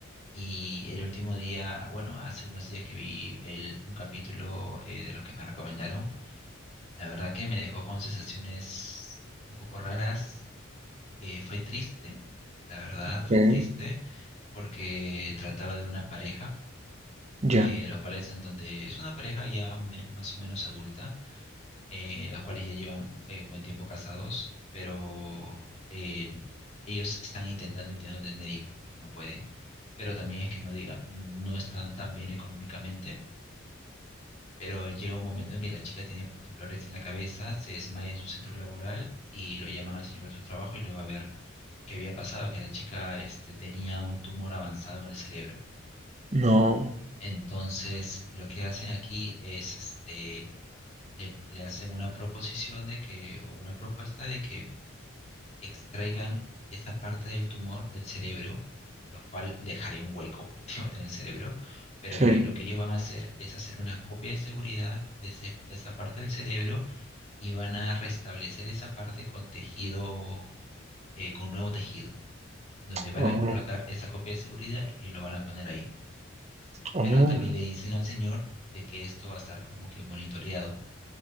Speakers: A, on the left; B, on the right.
A: Y el último día, ah, bueno, hace unos días que vi el, un capítulo eh, de los que me recomendaron, la verdad que me dejó con sensaciones un poco raras. Eh, fue triste, la verdad,
B: Ok.
A: fue triste, porque trataba de una pareja
B: Ya.
A: eh, los cuales en donde es una pareja ya me- más o menos adulta, eh, los cuales ya llevan eh, buen tiempo casados, pero eh, ellos están intentando, intentando tener hijos, pero no pueden. Pero también es que no diga, no están tan bien económicamente, pero llega un momento en que la chica tiene dolores en la cabeza, se desmaya en su centro laboral y lo llaman al señor de su trabajo y le va a ver qué había pasado, que la chica este, tenía un tumor avanzado en el cerebro.
B: No.
A: Entonces, lo que hacen aquí es este, le, le hacen una proposición de que, o una propuesta de que extraigan esa parte del tumor del cerebro, lo cual dejaría un hueco <laughs> prácticamente en el cerebro, pero
B: Sí.
A: que lo que ellos van a hacer es hacer una copia de seguridad de ese- esa parte del cerebro y van a restablecer esa parte con tejido, eh, con nuevo tejido, en donde van
B: Oh,
A: a colocar esa copia de seguridad y lo van a poner ahí.
B: oh,
A: Pero también le dicen al señor de que esto va a estar como que monitoreado